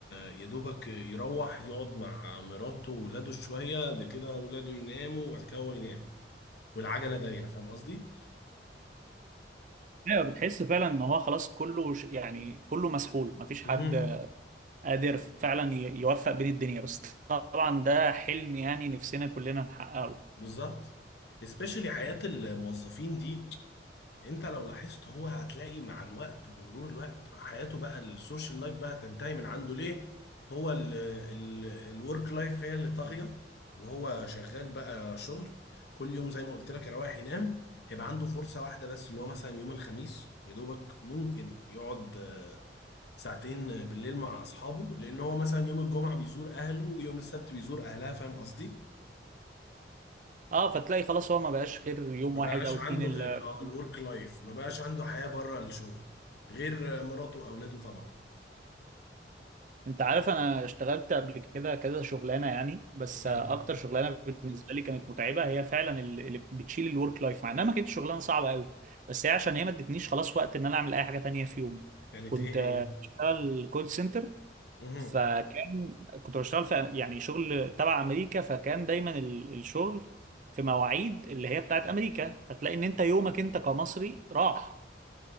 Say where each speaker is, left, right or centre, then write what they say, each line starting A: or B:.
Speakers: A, on the left; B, on the right.
A: يا دوبك يروح يقعد مع مراته وولاده شويه ده كده ولاده يناموا وبعد كده هو ينام والعجله دايره فاهم قصدي
B: ايوه بتحس فعلا ان هو خلاص كله ش- يعني كله مسحول مفيش حد
A: مهم.
B: قادر فعلا ي- يوفق بين الدنيا بس طبعا ده حلم يعني نفسنا كلنا نحققه
A: بالظبط especially حياة الموظفين دي انت لو لاحظت هو هتلاقي مع الوقت بمرور الوقت حياته بقى السوشيال لايف بقى تنتهي من عنده ليه هو الورك لايف هي اللي طاغية وهو شغال بقى شغل كل يوم زي ما قلت لك يروح ينام هيبقى عنده فرصة واحدة بس اللي هو مثلا يوم الخميس يا دوبك ممكن يقعد آه، ساعتين بالليل مع أصحابه لأن هو مثلا يوم الجمعة بيزور أهله ويوم السبت بيزور أهلها فاهم قصدي؟
B: اه فتلاقي خلاص هو ما بقاش غير يوم
A: ما بقاش
B: واحد او
A: عنده
B: اتنين اللي
A: غير اه الورك لايف ما بقاش عنده حياة بره الشغل غير مراته واولاده طبعا
B: انت عارف انا اشتغلت قبل كده كذا شغلانه يعني بس
A: مهم.
B: اكتر شغلانه بالنسبه لي كانت متعبه هي فعلا ال- اللي بتشيل الورك لايف مع انها ما كانتش شغلانه صعبه قوي بس هي عشان هي ما ادتنيش خلاص وقت ان انا اعمل اي حاجه تانية في يومي
A: كانت
B: كنت
A: ايه
B: آه،
A: هي
B: بشتغل كول سنتر
A: مهم.
B: فكان كنت بشتغل في يعني شغل تبع امريكا فكان دايما ال- الشغل في مواعيد اللي هي بتاعت امريكا فتلاقي ان انت يومك انت كمصري راح